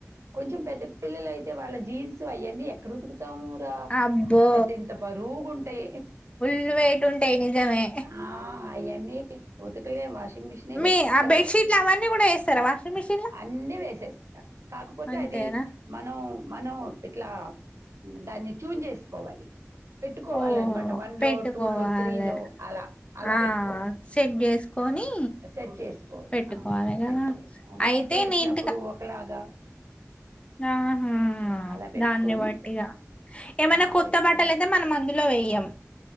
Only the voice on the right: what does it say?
కొంచెం పెద్ద పిల్లల అయితే వాళ్ళ జీన్స్ అవన్నీ ఎక్కడ ఉతుకు త్త ఊరా
పెద్ద ఇంత బరువుగుంటాయి
ఆ అయన్నీ ఊతుకులే వాషింగ్ మిషన్
బెస్ట్
బసులు
అన్నీ వేసేస్తా కాకపోతే
అది మనం మనం ఇట్లా దాన్ని చూజ్ చేసుకోవాలి పెట్టుకోవాలన్నమాట
వన్
లో టూ లో త్రీ లో అలా అలా
పెట్టుకో
సెట్ చేసుకొని
ఆ
పెట్టుకోని వైట్
వేసినప్పుడు
ఒకలాగా
అలా పెట్టుకొని
ఆ
పెట్టుకొని